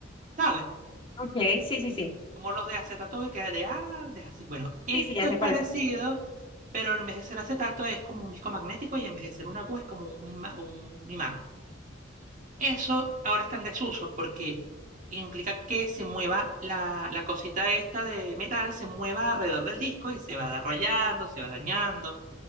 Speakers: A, on the right; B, on the left.
A: ¿sabes?
B: ok, sí, sí, sí.
A: Como los de acetato que queda de antes, así. Bueno, esto
B: Sí, sí, ya sé
A: es
B: cuáles
A: parecido,
B: son.
A: pero en vez de ser acetato es como un disco magnético y en vez de ser una aguja es como un, ma- un imán. Eso ahora está en desuso porque implica que se mueva la, la cosita esta de metal, se mueva alrededor del disco y se va rayando, se va dañando.